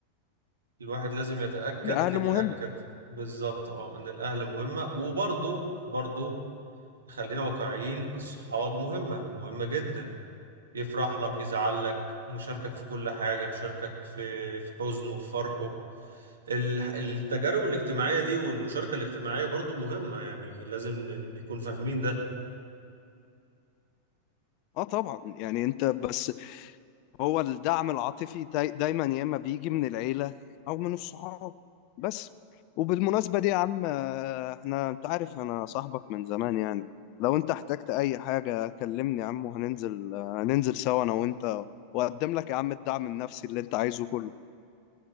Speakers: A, on the right (about 70°); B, on the left (about 45°).
A: الواحد لازم يتأكد
B: الاهل
A: يتأكد
B: مهم
A: بالظبط اه ان الاهل مهمة وبرضه برضه خلينا واقعيين الصحاب مهمة مهمة جدا يفرح لك يزعل لك مشاركك في كل حاجة مشاركك في في حزنه في فرحه ال- التجارب الاجتماعية دي والمشاركة الاجتماعية برضه مهمة يعني لازم ن- نكون فاهمين ده
B: اه طبعا يعني انت بس هو الدعم العاطفي داي دايما يا اما بيجي من العيله او من الصحاب بس وبالمناسبه دي يا عم آه، احنا انت عارف انا صاحبك من زمان يعني لو انت احتجت اي حاجه كلمني يا عم وهننزل آه، هننزل سوا انا وانت واقدم لك يا عم الدعم النفسي اللي انت عايزه كله